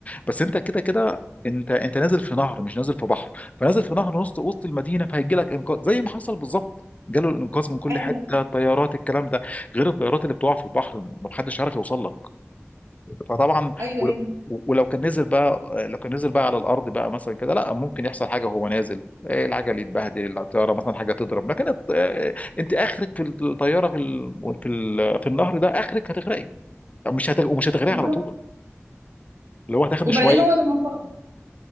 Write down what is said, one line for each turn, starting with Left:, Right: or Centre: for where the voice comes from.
Left: بس انت كده كده انت انت نازل في نهر مش نازل في بحر فنازل في نهر وسط وسط المدينه فهيجي لك انقاذ زي ما حصل بالظبط جاله الانقاذ من كل
Right: ايوه
Left: حته طيارات الكلام ده غير الطيارات اللي بتقع في البحر ما حدش عارف يوصل لك فطبعا
Right: ايوه
Left: و-
Right: ايوه
Left: ولو كان نزل بقى لو كان نزل بقى على الارض بقى مثلا كده لا ممكن يحصل حاجه وهو نازل إيه، العجل يتبهدل الطياره مثلا حاجه تضرب لكن الط- آه، انت اخرك في الطياره في ال... في ال... في النهر ده اخرك هتغرقي مش هتغ... ومش هتغرقي
Right: بالظبط
Left: على طول اللي هو هتاخد
Right: وبعدين
Left: شويه
Right: هو لما ف...